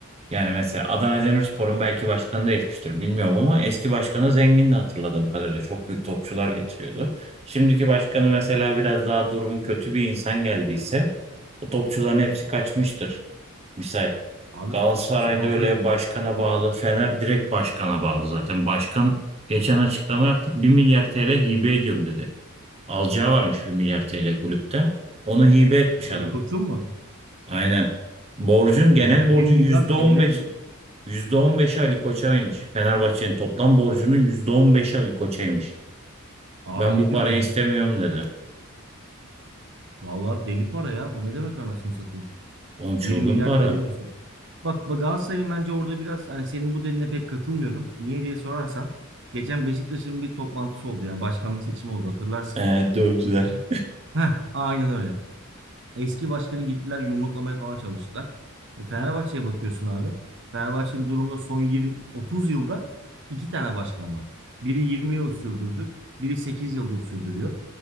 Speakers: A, on the right; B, on the right.
A: yani mesela Adana Demirspor'un belki başkanı değişmiştir bilmiyorum ama eski başkanı zengindi hatırladığım kadarıyla. Çok büyük topçular getiriyordu. Şimdiki başkanı mesela biraz daha durumu kötü bir insan geldiyse o topçuların hepsi kaçmıştır. Misal
B: Abi
A: Galatasaray'da
B: sen olsan
A: öyle başkana bağlı, Fener direkt başkana bağlı zaten. Başkan geçen açıklama yaptı. bir milyar TL hibe ediyorum dedi. Alacağı varmış bir milyar TL kulüpten. Onu hibe etmiş adam.
B: Ali Koç'un mu?
A: Aynen. Borcun, genel
B: O
A: borcun
B: bir milyar
A: yüzde yüzde on
B: TL
A: beş,
B: mi?
A: yüzde on %15'i Ali Koç'aymış. Fenerbahçe'nin toplam borcunun %15'i Ali Koç'aymış.
B: Abi
A: Ben
B: ne
A: bu
B: diyorsun
A: parayı
B: ya?
A: istemiyorum dedi.
B: Vallahi deli para ya. Bu ne demek anasını satayım?
A: Oğlum çılgın
B: Bir milyar
A: para.
B: TL diyorsun. Bak bak Galatasaray'ın bence orada biraz hani senin bu dediğine pek katılmıyorum. Niye diye sorarsan geçen Beşiktaş'ın bir toplantısı oldu yani başkanlık seçimi oldu hatırlarsın.
A: Ee, dövdüler.
B: Heh, aynen öyle. Eski başkanı gittiler yumruklamaya falan çalıştılar. E, Fenerbahçe'ye bakıyorsun abi. Fenerbahçe'nin durumda son 20-30 yılda iki tane başkan var. Biri 20 yıl sürdürdü. Biri 8 yıldır sürdürüyor.